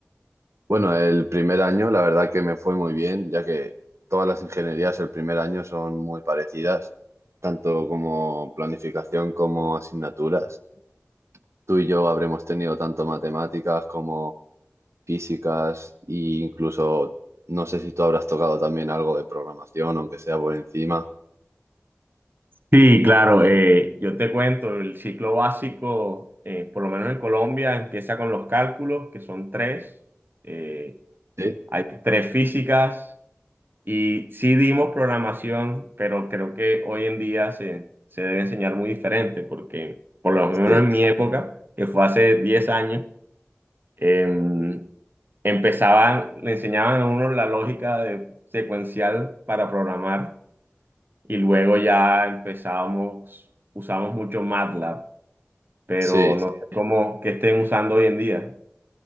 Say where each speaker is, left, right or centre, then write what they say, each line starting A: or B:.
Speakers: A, on the right; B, on the right.
A: Bueno, el primer año la verdad que me fue muy bien, ya que todas las ingenierías el primer año son muy parecidas, tanto como planificación como asignaturas. Tú y yo habremos tenido tanto matemáticas como físicas e incluso no sé si tú habrás tocado también algo de programación, aunque sea por encima.
B: Sí, claro, eh, yo te cuento, el ciclo básico, eh, por lo menos en Colombia, empieza con los cálculos, que son tres. Eh,
A: Sí,
B: hay tres físicas. Y sí dimos programación, pero creo que hoy en día se, se debe enseñar muy diferente, porque por lo menos
A: sí,
B: en mi época, que fue hace 10 años, em, empezaban, le enseñaban a uno la lógica de, secuencial para programar y luego ya empezábamos, usamos mucho MATLAB, pero
A: sí.
B: no sé cómo que estén usando hoy en día.